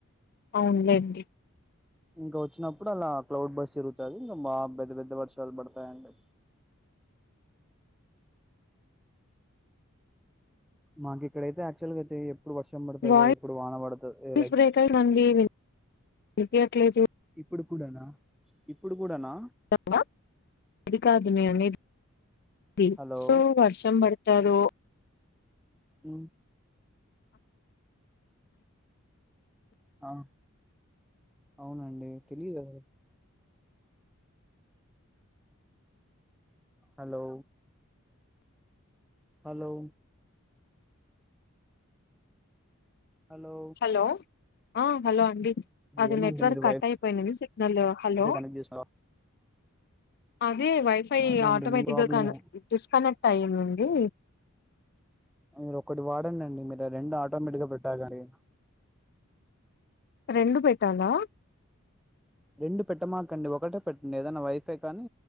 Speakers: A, on the left; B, in the centre.
A: అవునులేండి
B: ఇంకా వచ్చినప్పుడు అలా క్లౌడ్ బస్ జరుగుతది ఇంకా బా పెద్ద పెద్ద వర్షాలు పడతాయండి
A: హుహు
B: మాకు ఇక్కడైతే యాక్టువల్ గాఅయితే వర్షం పడుతదో
A: వాయిస్
B: ఎప్పుడు వాన పడుతదొ లైక్
A: బ్రేక్ అయిందండి వినిపియట్లేదు
B: ఇప్పుడు కూడానా ఇప్పుడు కూడానా
A: హలో అది కాదు నేన్ అనేది
B: హలో
A: సో వర్షం పడతదో
B: మ్ ఆ అవునండి తెలియదెవరికి హాలో హాలో హాలో
A: హలో ఆ హలో అండి అది
B: ఏమండి
A: నెట్వర్క్
B: మీరు
A: కట్
B: వైఫై
A: అయిపోయింది మీ సిగ్నలో హలో
B: కనెక్ట్ చేసినారా
A: అది వైఫై
B: అదే అండి
A: ఆటోమేటిక్
B: మీ ప్రాబ్లమే
A: గ కన డిస్కనెక్ట్ అయిందండి
B: మీరు ఒక్కటి వాడండండి మీరు రెండు ఆటోమేటిక్ గా పెట్ట గానీ
A: రెండు పెట్టాలా
B: రెండు పెట్టమాకండి ఒకటే పెట్టండి ఏదైనా వైఫై కానీ